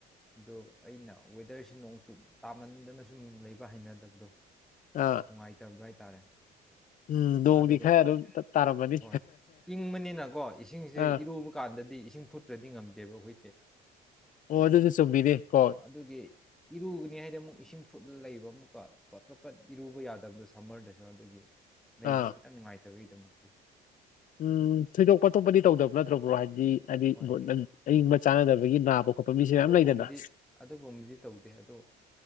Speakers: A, in the centre; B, on the left.
A: ꯑꯗꯣ ꯑꯩꯅ ꯋꯦꯗꯔꯁꯤ ꯅꯣꯡꯆꯨꯞ ꯇꯥꯃꯟꯗꯅ ꯁꯨꯝ ꯂꯩꯕ ꯍꯩꯅꯗꯕꯗꯣ꯫
B: ꯑꯥ
A: ꯅꯨꯡꯉꯥꯏꯇꯕꯗꯣ ꯍꯥꯏꯇꯥꯔꯦ
B: ꯎꯝ ꯅꯣꯡꯗꯤ
A: ꯑꯗꯨꯒꯩꯠ
B: ꯈꯔ ꯑꯗꯨꯝ ꯇꯥꯔꯝꯃꯅꯤ
A: ꯍꯣꯏ ꯏꯪꯕꯅꯤꯅꯀꯣ ꯏꯁꯤꯡꯁꯦ
B: ꯑꯥ
A: ꯏꯔꯨꯕ ꯀꯥꯟꯗꯗꯤ ꯏꯁꯤꯡ ꯐꯨꯠꯇ꯭ꯔꯗꯤ ꯉꯝꯗꯦꯕ ꯑꯩꯈꯣꯏꯗꯤ
B: ꯑꯣ ꯑꯗꯨꯁꯨ ꯆꯨꯝꯃꯤꯅꯦ ꯀꯣꯠ
A: ꯑꯗꯨꯒꯤ ꯏꯔꯨꯒꯅꯤ ꯍꯥꯏꯗꯤ ꯑꯃꯨꯛ ꯏꯁꯤꯡ ꯐꯨꯠꯂ ꯂꯩꯕ ꯑꯃꯨꯛꯀ ꯄꯠ ꯄꯠ ꯏꯔꯨꯕ ꯌꯥꯗꯕꯗꯣ ꯁꯝꯃ꯭ꯔꯗꯁꯨ ꯑꯗꯨꯒꯤ ꯂꯩꯕꯖꯤ
B: ꯑꯥ
A: ꯈꯤꯇꯪ ꯅꯨꯡꯉꯥꯏꯇꯕꯒꯤꯗꯃꯛꯇꯤ
B: ꯎꯝ ꯊꯣꯏꯗꯣꯛꯄ ꯑꯇꯣꯞꯄꯗꯤ ꯇꯧꯗꯕ꯭ꯔ ꯇꯧꯕ꯭ꯔꯣ ꯍꯥꯏꯗꯤ ꯍꯥꯏꯗꯤ
A: ꯍꯣꯏ
B: ꯒꯣꯠ ꯅꯪ ꯑꯏꯪꯕ ꯆꯥꯟꯅꯗꯕꯒꯤ ꯅꯥꯕ ꯈꯣꯠꯄ ꯃꯤꯁꯦ ꯃꯌꯥꯝ
A: ꯑꯗꯨꯒꯨꯝꯕꯗꯤ
B: ꯂꯩꯗꯅ
A: ꯑꯗꯨꯒꯨꯝꯕꯗꯤ ꯇꯧꯗꯦ ꯑꯗꯣ